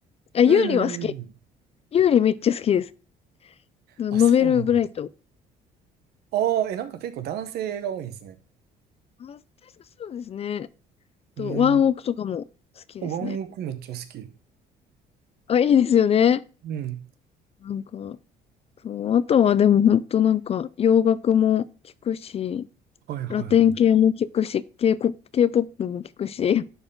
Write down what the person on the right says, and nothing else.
うんうん。うんうんうん。
あ、そうなの。ああ、え、なんか結構男性が多いんですね。
うん。
ワンオクめっちゃ好き。
うん。
はいはいは